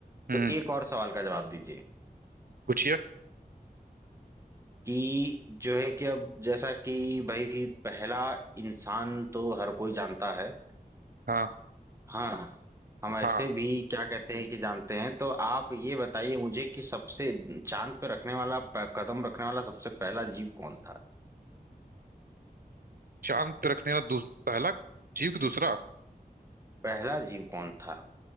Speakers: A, on the right; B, on the right.
A: हम्म
B: तो एक और सवाल का जवाब दीजिए
A: पूछिए
B: कि जो है कि अब जैसा कि भाई पहला इंसान तो हर कोई जानता है
A: हाँ
B: हाँ हम ऐसे
A: हाँ
B: भी क्या कहते हैं कि जानते हैं तो आप ये बताइए मुझे कि सबसे चांद पे रखने वाला प- कदम रखने वाला सबसे पहला जीव कौन था
A: चांद पे रखने वाला दूस- पहला जीव की दूसरा
B: पहला जीव कौन था